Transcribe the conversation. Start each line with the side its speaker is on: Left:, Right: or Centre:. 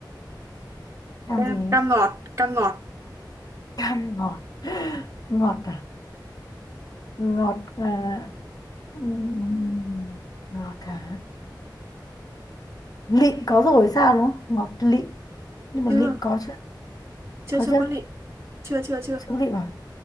Left: cam
Right: cam
Left: gì
Right: cam ngọt cam ngọt
Left: cam ngọt <laughs> ngọt à ngọt à, ừm, ngọt à lịm có rồi sao đúng không ngọt lịm nhưng mà
Right: chưa
Left: lịm có chưa
Right: chưa
Left: có
Right: chưa
Left: chưa
Right: có lịm chưa chưa chưa
Left: chưa có lịm à